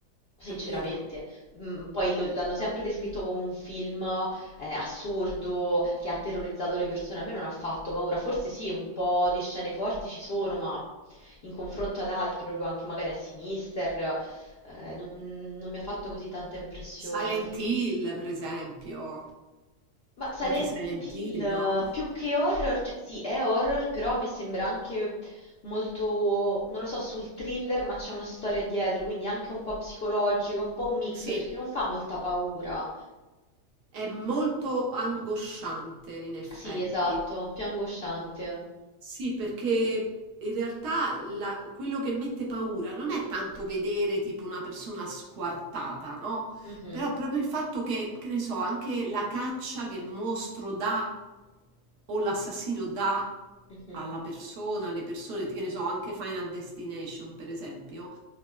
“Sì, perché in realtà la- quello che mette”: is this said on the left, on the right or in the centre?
Right